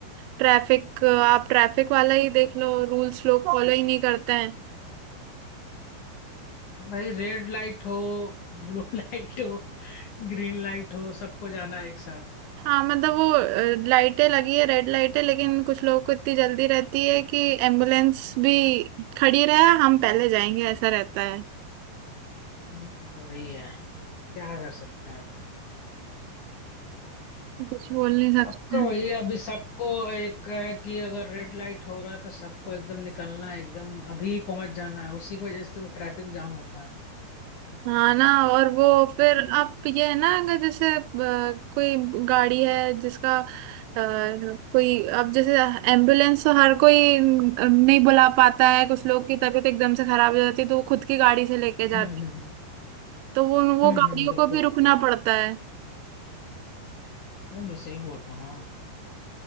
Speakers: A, on the right (about 90°); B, on the left (about 55°).
A: ट्रैफिक आप ट्रैफिक वाला ही देख लो रूल्स लोग फॉलो ही नहीं करते हैं
B: भाई रेड लाइट हो ब्लू लाइट <laughs> हो ग्रीन लाइट हो सबको जाना है एक साथ
A: हाँ मतलब वो अ, लाइटें लगी है रेड लाइटें लेकिन कुछ लोगों को इतनी जल्दी रहती है कि एम्बुलेंस भी खड़ी रहे हम पहले जाएंगे ऐसा रहता है
B: हाँ, वही है क्या कर सकते हैं अब
A: कुछ बोल नहीं सकते
B: सबका वही है अभी सबको एक है कि अगर रेड लाइट हो रहा है तो सबको एकदम निकलना है एकदम अभी पहुंच जाना है उसी की वजह से तो ट्रैफिक जाम होता है
A: हाँ ना और वो फिर आप ये है ना अगर जैसे अ, कोई गाड़ी है जिसका अ, कोई अब जैसे एम्बुलेंस तो हर कोई नहीं बुला पाता है कुछ लोग की तबीयत एकदम से खराब हो जाती है तो वो खुद की गाड़ी से लेके जाते
B: हम्म
A: हैं। तो वो वो
B: हम्म
A: गाड़ियों
B: हम्म बिल्कुल
A: को भी रुकना
B: बिल्कुल
A: पड़ता है
B: नहीं नहीं सही बोल रहा हूँ हाँ।